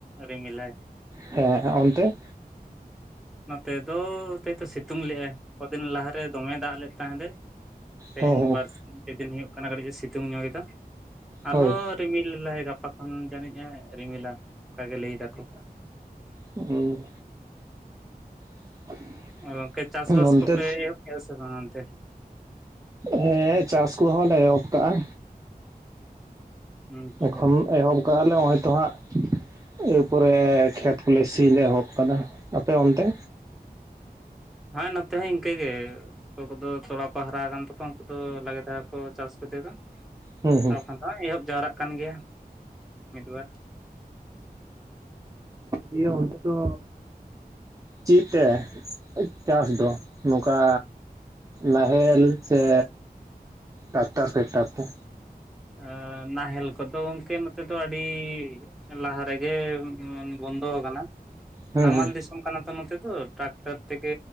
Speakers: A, in the centre; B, on the right.
A: ᱨᱤᱢᱤᱞᱮ
B: ᱦᱮᱸ ᱦᱮᱸ, ᱚᱱᱛᱮ?
A: ᱱᱚᱛᱮ ᱫᱚ, ᱱᱚᱛᱮ ᱥᱤᱛᱩᱝ ᱞᱮᱜ-ᱟᱭ ᱠᱚᱫᱤᱱ ᱞᱟᱦᱟᱨᱮ ᱫᱚᱢᱮ ᱫᱟᱜ ᱞᱮᱫ ᱛᱟᱦᱮᱸᱫᱮ᱾ ᱛᱮᱦᱮᱧ
B: ᱦᱮᱸ ᱦᱮᱸ
A: ᱵᱟᱨ ᱥᱤᱧ, ᱯᱮᱫᱤᱱ ᱦᱩᱭᱩᱜ ᱠᱟᱱᱟ ᱠᱟᱹᱴᱤᱡ ᱥᱤᱛᱩᱝ ᱧᱚᱜ ᱮᱫᱟ, ᱟᱨᱦᱚᱸ
B: ᱦᱳᱭ
A: ᱨᱤᱢᱤᱞ ᱨᱤᱢᱤᱞ ᱫᱟᱭ ᱜᱟᱯᱟ ᱠᱷᱚᱱ ᱡᱟᱹᱱᱤᱡ-ᱮ ᱨᱤᱢᱤᱞᱟ ᱚᱱᱠᱟᱜᱮ ᱞᱟᱹᱭ ᱫᱟᱠᱚ᱾
B: ᱦᱩᱸ᱾ <inaudible>
A: ᱟᱨ ᱜᱚᱝᱠᱮ ᱪᱟᱥᱵᱟᱥ
B: ᱱᱚᱱᱛᱮ
A: ᱠᱚᱯᱮ ᱮᱦᱚᱵ ᱠᱮᱜ-ᱟ ᱥᱮ ᱵᱟᱝ ᱚᱱᱛᱮ?
B: ᱦᱮᱸ ᱪᱟᱥ ᱠᱚᱦᱚᱸᱞᱮ ᱮᱦᱚᱵ ᱠᱟᱜ-ᱟ᱾
A: ᱟᱪᱪᱷᱟ
B: ᱮᱠᱷᱚᱱ ᱮᱦᱚᱵ ᱠᱟᱜ-ᱟᱞᱮ ᱦᱚᱸᱜ-ᱚᱭ ᱛᱚ ᱦᱟᱸᱜ ᱮᱨᱯᱚᱨᱮ ᱠᱷᱮᱛ ᱠᱚᱞᱮ ᱥᱤ ᱞᱮ ᱮᱦᱚᱵ ᱠᱟᱫᱟ᱾ ᱟᱯᱮ ᱚᱱᱛᱮ?
A: ᱦᱮᱸ ᱱᱚᱛᱮ ᱦᱚᱸ ᱤᱝᱠᱟᱹᱜᱮ᱾ ᱚᱠᱚᱭ ᱠᱚᱫᱚ ᱛᱚᱲᱟ ᱠᱚ ᱦᱟᱨᱟ ᱟᱠᱟᱱ ᱛᱟᱠᱚ, ᱩᱝᱠᱩ ᱫᱚ ᱞᱟᱜᱮ ᱫᱷᱟᱨᱟ ᱠᱚ ᱪᱟᱥ <unintelligible> ᱫᱚ᱾
B: ᱦᱩᱸ ᱦᱩᱸ
A: ᱟᱨ ᱵᱟᱝᱠᱷᱟᱱ ᱫᱚ ᱦᱟᱸᱜ ᱮᱦᱚᱵ ᱡᱟᱣᱨᱟᱜ ᱠᱟᱱ ᱜᱮᱭᱟ ᱢᱤᱫ-ᱵᱟᱨ᱾
B: ᱫᱤᱭᱮ ᱚᱱᱛᱮ ᱫᱚ ᱪᱮᱫᱛᱮ ᱪᱟᱥ ᱫᱚ? ᱱᱚᱝᱠᱟ ᱱᱟᱦᱮᱞ ᱥᱮ ᱴᱟᱠᱴᱟᱨ-ᱯᱷᱮᱠᱴᱟᱨ ᱛᱮ?
A: ᱮᱸᱻ ᱱᱟᱦᱮᱞ ᱠᱚᱫᱚ ᱜᱚᱝᱠᱮ ᱱᱚᱛᱮ ᱫᱚ ᱟᱹᱰᱤ ᱞᱟᱦᱟ ᱨᱮᱜᱮ ᱵᱚᱱᱫᱚᱣ ᱟᱠᱟᱱᱟ᱾
B: ᱦᱩᱸ
A: ᱱᱟᱢᱟᱞ
B: ᱦᱩᱸ
A: ᱫᱤᱥ ᱥᱚᱢ ᱠᱟᱱᱟ ᱛᱚ, ᱱᱚᱛᱮ ᱫᱚ ᱴᱟᱠᱴᱟᱨ ᱛᱮᱜᱮ